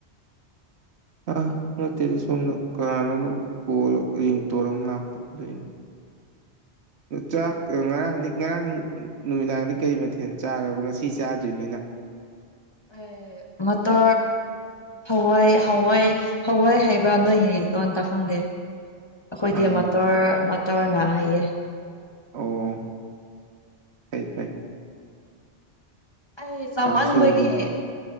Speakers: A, on the right; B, on the left.
A: ꯑ ꯅꯠꯇꯦꯗꯤ ꯁꯣꯝꯗ ꯀꯅꯥꯅꯣꯅꯣ ꯀꯣꯔꯤꯡꯇꯣꯔ ꯑꯃ ꯂꯥꯛꯄꯗꯣꯏꯅꯦ
B: <unintelligible>
A: ꯆꯥꯛ ꯉꯔꯥꯡꯗꯤ ꯉꯔꯥꯡ ꯅꯨꯃꯤꯗꯥꯡꯗꯤ ꯀꯔꯤ ꯃꯊꯦꯜ ꯆꯥꯔꯕ ꯉꯁꯤ ꯆꯥꯗ꯭ꯔꯤꯕꯅꯤꯅ
B: ꯑꯦ ꯃꯠꯇ ꯍꯋꯥꯏ ꯍꯋꯥꯏ ꯍꯋꯥꯏ ꯍꯥꯏꯕ꯭ꯔꯥ ꯅꯣꯏꯒꯤ ꯂꯣꯟꯇ ꯈꯪꯗꯦ ꯑꯩꯈꯣꯏꯗꯤ
A: ꯑꯥ
B: ꯃꯇꯣꯔ ꯃꯇꯣꯔꯅ ꯍꯥꯏꯌꯦꯦ
A: ꯑꯣ ꯐꯩ ꯐꯩ
B: ꯑ ꯆꯃꯥꯟꯕꯒꯤ
A: ꯀꯥꯡꯁꯣꯏꯒꯨꯝꯕ